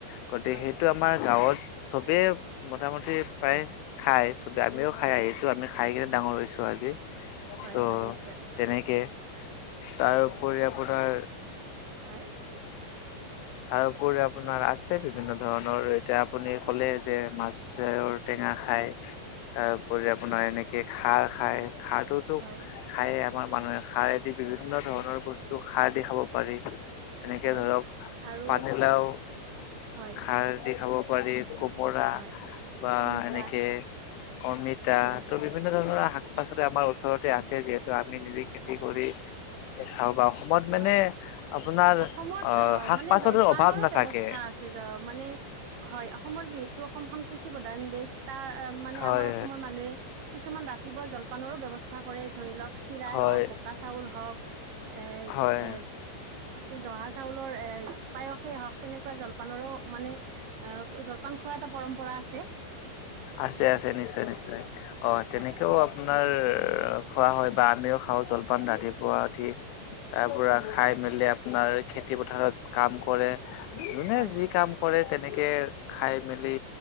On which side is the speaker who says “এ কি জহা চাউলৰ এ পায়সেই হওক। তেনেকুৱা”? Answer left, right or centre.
Right